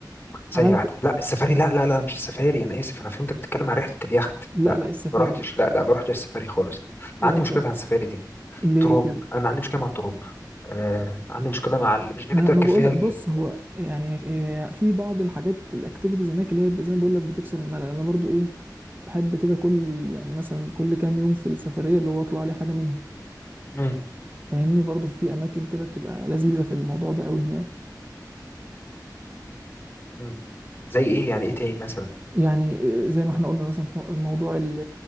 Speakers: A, on the left (about 25°); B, on the right (about 25°).
A: ثانية
B: عملت
A: واحدة لا السفاري لا لا لا مش السفاري أنا آسف أنا فهمتك بتتكلم عن رحلة اليخت
B: لا
A: لا
B: لا السفاري
A: ما رحتش لا لا ما رحتش السفاري خالص
B: لا
A: عندي
B: بصراحة
A: مشكلة مع السفاري دي
B: ليه
A: تراب أنا عندي مشكلة مع التراب آه، عندي مشكلة مع ال- مش دي
B: ما
A: اللي تركب
B: ما بقول
A: فيها
B: لك بص هو يعني في في بعض الحاجات الاكتيفيتيز هناك اللي هي زي ما بقول لك بتكسر الملل انا برضو ايه بحب كده كل يعني مثلا كل كام يوم في السفريه اللي هو اطلع لي حاجه منهم
A: مم.
B: فاهمني برضو في اماكن كده بتبقى لذيذه في الموضوع ده قوي هناك
A: مم. زي ايه يعني ايه تاني مثلا
B: يعني آه، زي ما احنا قلنا مثلا حو- موضوع ال-